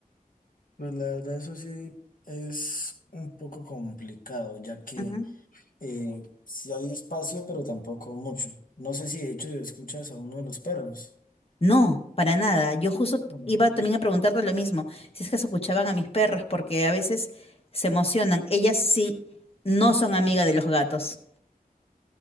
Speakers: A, on the left; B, on the left.
A: Pues la verdad eso sí es un poco complicado, ya que...
B: Ujú.
A: Eh, sí hay espacio, pero tampoco mucho. No sé si de hecho escuchas a uno de los perros.
B: No, para nada. Yo justo
A: no no
B: iba
A: se escucha.
B: también a preguntarte lo mismo, si es que se escuchaban a mis perras, porque a veces se emocionan. Ellas sí no son amigas de los gatos.